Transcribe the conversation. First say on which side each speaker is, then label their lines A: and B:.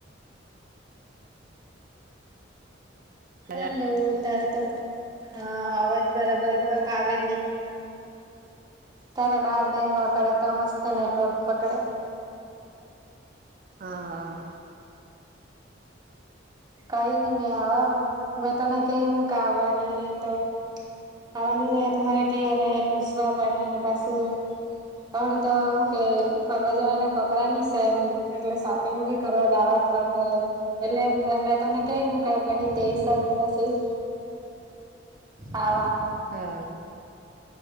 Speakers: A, on the right; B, on the right.
A: પાછા
B: હલો તાર તો હા અવાજ બરાબર આવે જ ની તારે બાર બેહવા પડે તા મસ્ત નેટવર્ક પકડે.
A: હહ હહ
B: કઈ નઈ મેં આવાવા મેં તને કઈ મુકા આવવાની રહી તો આવવાની રે તો મારા ઘેરે પૂછવા પડે હે ને પાસુ તડ તો હું કે ફરવા જવાના કપડાંની સેમ એટલે શોપિંગ ભી કરવા જાવા ની પણ હે એટલે મેં મેં તને કઈ મુકા પહી તે હિસાબે પસી હાવા
A: હા.